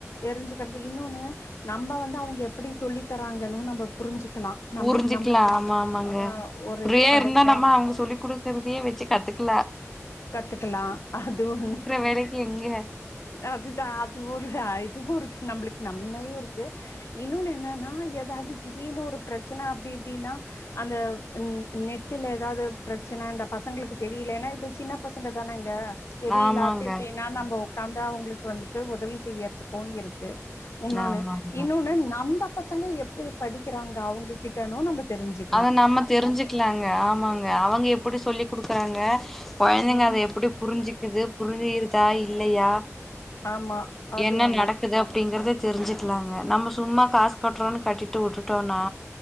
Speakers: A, on the left; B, in the centre.
A: தெரிஞ்சுக்கிறது இன்னோன்னு நம்ம வந்து அவங்க எப்படி சொல்லி தராங்கன்னு நம்ம புரிஞ்சுக்கலா நம்ப
B: புரிஞ்சுக்கலா
A: நம்மளுக்கு
B: ஆமா ஆமாங்க
A: ஆ ஒரு
B: இப்ரியே
A: இது கெடைக்கு
B: இருந்தா நம்ம அவங்க சொல்லி குடுத் கருதியே வச்சு கத்துக்கல
A: கத்துக்கலா அது ஒன்னு
B: வேலைக்கு எங்க
A: அதுதா அதுவு இதுவு இருக்கு நம்மளுக்கு நம்மையு இருக்கு இன்னோன்னு என்னன்னா எதாவது திடீர்னு ஒரு பிரச்சனை அப்டி இப்டின்னா அந்த நெட்டுல எதாவது பிரச்சனை இந்த பசங்களுக்கு தெரியலன்னா இது சின்ன பசங்க தானேங்க தெரியல
B: ஆமாங்க
A: அப்டி இப்டின்னா நம்ம உக்காந்தா அவங்களுக்கு வந்துட்டு உதவி செய்யறதுக்கும் இருக்கு உன்னொன்னு
B: ஆமா ஆமா
A: இன்னொன்னு நம்ம பசங்க எப்படி படிக்கிறாங்க அவங்ககிட்டோன்னு நம்ம தெரிஞ்சுக்
B: அத நம்ம தெரிஞ்சுக்கலாங்க ஆமாங்க அவங்க எப்படி சொல்லி குடுக்குறாங்க கொழந்தைங்க
A: ம்
B: அத எப்படி புரிஞ்சுக்குது புரிஞ்சிருதா இல்லையா
A: ஆமா அது
B: என்ன
A: ஒண்ணு
B: நடக்குது அப்டிங்கறதே தெரிஞ்சுக்கலாங்க நம்ம சும்மா காஸ் கட்றோன்னு கட்டிட்டு வுட்டுட்டோனா